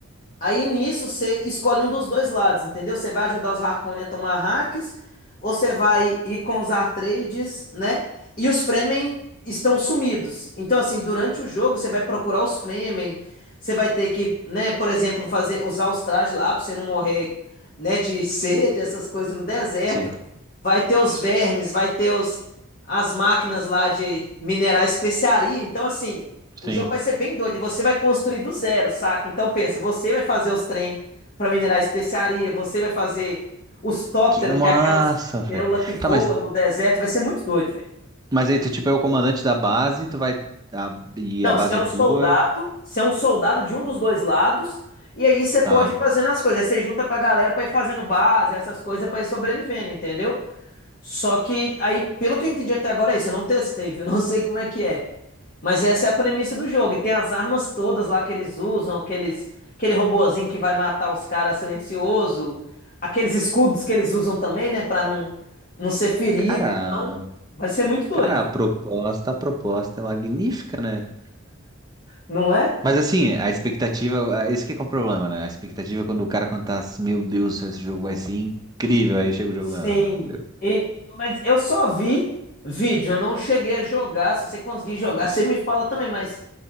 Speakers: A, on the left (about 40°); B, on the right (about 20°).
A: Aí nisso você escolhe um dos dois lados, entendeu? Você vai ajudar os Harkonnen a tomar hacks, ou você vai ir com os Atreides, né? E os Fremen estão sumidos. Então, assim, durante o jogo você vai procurar os Fremen, você vai ter que, né, por exemplo, fazer usar os trajes lá pra você não morrer, né, de <laughs> sede, essas coisas no deserto.
B: Sim,
A: Vai ter os vermes, vai ter os, as máquinas lá de minerar especiaria. Então, assim, o
B: sim.
A: jogo vai ser bem doido e você vai construir do zero, saca? Então pensa, você vai fazer os trem para minerar especiaria, você vai fazer os tópteros,
B: Que massa,
A: que é aquelas libélula
B: velho.
A: que voa
B: Tá, mas,
A: no deserto, vai ser muito doido, velho.
B: mas aí tu, tipo, é o comandante da base, tu vai. a- e
A: Não,
B: a base
A: você é um
B: é tua,
A: soldado,
B: e-
A: você é um soldado de um dos dois lados, e aí você
B: tá.
A: pode ir fazendo as coisas. Aí você junta com a galera para ir fazendo base, essas coisas para ir sobrevivendo, entendeu? Só que aí, pelo que eu entendi até agora, é isso. Eu não testei, viu? <laughs> Não sei como é que é. Mas essa é a premissa do jogo. E tem as armas todas lá que eles usam, aqueles, aquele robozinho que vai matar os caras silencioso, aqueles escudos que eles usam também, né, Pra não não ser ferido.
B: Cara,
A: Então, vai ser muito doido,
B: cara,
A: velho.
B: a proposta, a proposta é magnífica, né?
A: Não é?
B: Mas assim, a expectativa, é isso que é que é o problema, né? A expectativa é quando o cara contar assim, meu Deus, do céu, esse jogo vai ser incrível, aí chega o jogo,
A: Sim.
B: ah, meu.
A: E- mas eu só vi vídeo, eu não cheguei a jogar. Se você conseguir jogar, <laughs> você me fala também, mas